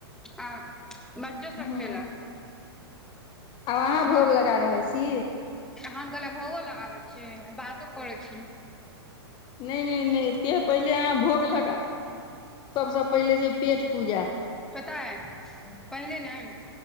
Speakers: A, in the centre; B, on the left.
A: आ बच्चो सभ
B: हूँ
A: खेलक
B: आब अहाँ
A: हम
B: भोग लगा रहल छी
A: हम कहलि भोगो लगाबै छी आ बातो करै छी
B: नहि नहि नहि सेह पहिले अहाँ भोग लगाउ सभसँ पहिले छैय पेट पूजा
A: पता अय पहिले नऽ